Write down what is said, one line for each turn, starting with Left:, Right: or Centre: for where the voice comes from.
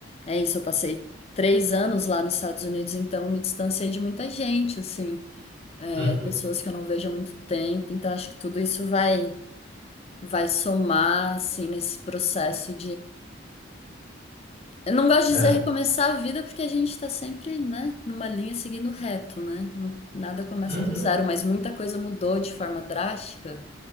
Left: é isso, eu passei três anos lá nos Estados Unidos, então eu me distanciei de muita gente, assim, é,
Right: uhum.
Left: pessoas que eu não vejo há muito tempo, então acho que tudo isso vai, vai somar, assim, nesse processo eu não gosto de
Right: É.
Left: dizer recomeçar a vida porque a gente está sempre, né, numa linha seguindo reto, né? Não- Nada começa
Right: Uhum,
Left: do zero, mas muita coisa mudou de forma drástica.